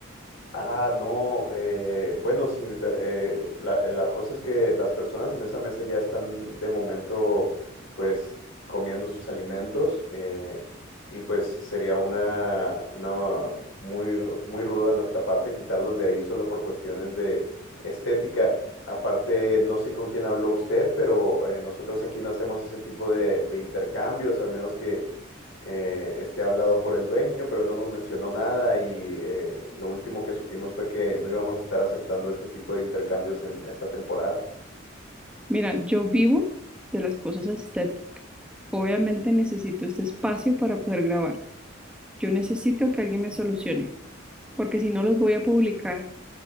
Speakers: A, on the left (about 85°); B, in the centre.
A: Ah, no, eh, bueno, señorita, eh, la, eh, la cosa es que las personas en esa mesa ya están de momento, pues, comiendo sus alimentos eh, y pues sería una, una muy, ru- muy rudo de nuestra parte quitarlos de ahí solo por cuestiones de estética. Aparte, no sé con quién habló usted, pero eh, nosotros aquí no hacemos ese tipo de, de intercambios, al menos que eh, esté hablado por el dueño, pero él no nos mencionó nada y eh, lo último que supimos fue que no íbamos a estar aceptando este tipo de intercambios en esta temporada.
B: Mira, yo vivo de las cosas estéticas. Obviamente necesito este espacio para poder grabar. Yo necesito que alguien me solucione, porque si no los voy a publicar